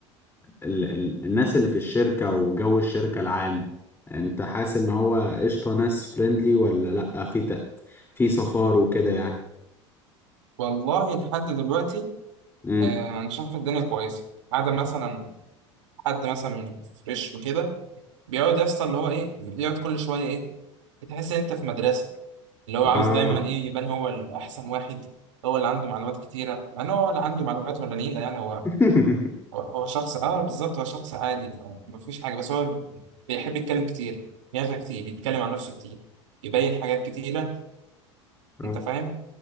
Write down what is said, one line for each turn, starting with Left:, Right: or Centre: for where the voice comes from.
Left: ال... ال... الناس اللي في الشركة وجو الشركة العام انت حاسس ان هو قشطة ناس فريندلي ولا لأ في ت... في صفار وكده يعني
Right: والله لحد دلوقتي
Left: امم
Right: آه، انا شايف الدنيا كويسه ما عدا مثلا حد مثلا من فريش وكده بيقعد يسطا اللي هو ايه يقعد كل شويه ايه تحس ان انت في مدرسه اللي هو عاوز
Left: اه
Right: دايما ايه يبان هو الاحسن واحد هو اللي عنده معلومات كتيره مع ان هو اللي عنده معلومات ولا نيله يعني هو
Left: <laughs>
Right: هو هو شخص اه بالظبط هو شخص عادي مفيش حاجه بس هو بيحب يتكلم كتير يغرق كتير يتكلم عن نفسه كتير يبين حاجات كتيره
Left: آه.
Right: انت فاهم